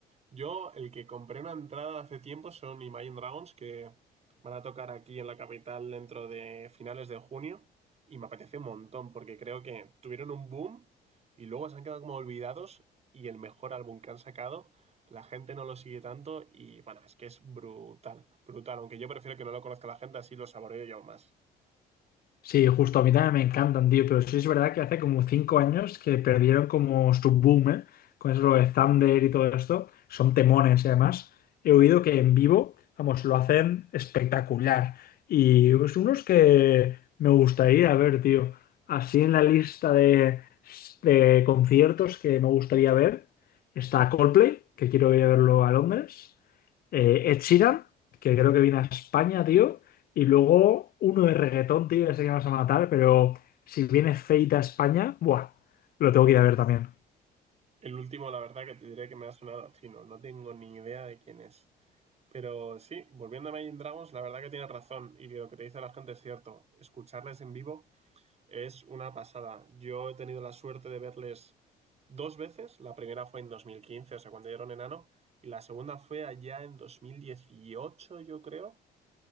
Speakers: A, on the right; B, on the left.
A: Yo, el que compré una entrada hace tiempo son Imagine Dragons, que van a tocar aquí en la capital dentro de finales de junio, y me apetece un montón, porque creo que tuvieron un boom y luego se han quedado como olvidados, y el mejor álbum que han sacado, la gente no lo sigue tanto, y bueno, es que es brutal, brutal, aunque yo prefiero que no lo conozca la gente, así lo saboreo yo más.
B: Sí, justo a mí también me encantan, tío, pero sí es verdad que hace como cinco años que perdieron como su boom, ¿eh? Con eso de Thunder y todo esto. Son temones y además he oído que en vivo, vamos, lo hacen espectacular. Y es unos que me gustaría ver, tío. Así en la lista de, de conciertos que me gustaría ver está Coldplay, que quiero ir a verlo a Londres. Eh, Ed Sheeran, que creo que viene a España, tío. Y luego uno de reggaetón, tío, ya sé que me vas a matar, pero si viene Feita a España, buah, lo tengo que ir a ver también.
A: El último, la verdad que te diré que me ha sonado a chino, no tengo ni idea de quién es. Pero sí, volviendo a Imagine Dragons, la verdad que tienes razón y lo que te dice la gente es cierto. Escucharles en vivo es una pasada. Yo he tenido la suerte de verles dos veces. La primera fue en 2015, o sea, cuando dieron enano, y la segunda fue allá en 2018, yo creo,